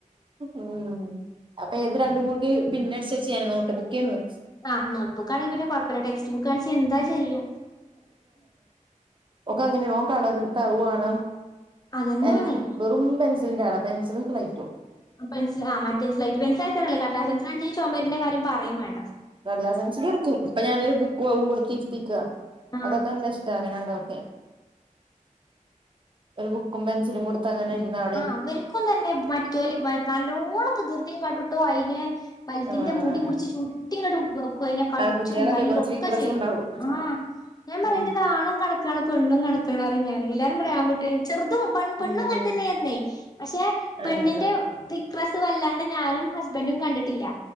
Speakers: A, on the right; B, on the left.
A: ഉം അപ്പൊ ഏത് രണ്ടും കൂട്ടി പിന്നടിച്ചച്ച്യാന നോട്ട് ബുക്ക് ചെയന്നു
B: ആഹ് നോട്ട്ബുക്ക ആണങ്കിൽ പിന്നെ കുഴപ്പമില്ല ടെക്സ്റ്റ് ബുക്കണ എന്താ ചെയ്യ
A: ഒക്കെ അങ്ങനെയണോ ഓൻ കളർ എടുത്താ അത് വണം
B: അതന്നെയാണ്
A: പെൻസിൽ വെറും പെൻസിലിന്റെ ആട പെസിലും തളക്കും
B: പെസൽ ആ മറ്റെൻസിലായിട്ട പെസിലായി തരല്ലേ കാര ആ സെസിലാ ച് ചുമമ്പേരിന്റെ കാര്യ പറയും വേണ്ട
A: ലൈസൻസ് കൊടുക്കും ഇപ്പൊ ഞാനൊരു ബുക്ക് വകും കൊടുത്തിരുത്തിക്കുക
B: ആഹ്
A: അതൊക്കെ എന്താ അങ്ങന ക്കെ ഒരു ബുക്കും പെൻസിലും കൊടു അങ്ങനെ ഇരുന്നാൽ
B: ആഹ അവരിക്കൊന്നും തന്നെ മറ്റോല നല്ലോണം വികൃതിയും കാട്ടുട്ടോ അയിനെ വലുതിന്റെ
A: ആഹ്
B: മൂടി പിടിച്ച് ചുടറ്റി അങ്ങട്ട് അയിനെ കടിച്ചുംതല്ല്
A: ആൺകുട്ടികളല്ലേ കുറച്ച്
B: ഒക്കെ
A: വിക്രസും
B: ചെയ്യും
A: ഉണ്ടാവും
B: ആഹ ഞാൻ പറയണ്ടത്
A: ഉം
B: ആണ കണ പെണ്ണും കണക്കാണ് ഞാന് എല്ലാവാരുംയാകട്ടെ ചെറു പണ് പിന്നെ
A: ഉം
B: പറഞ്ഞ് പക്ഷെ പെണ്ണിന്റെ
A: ആഹ്
B: പി ക്രസ് വല്ലാണ്ട് ഞാനും ഹസ്ബൻറും കണ്ടിട്ടില്ല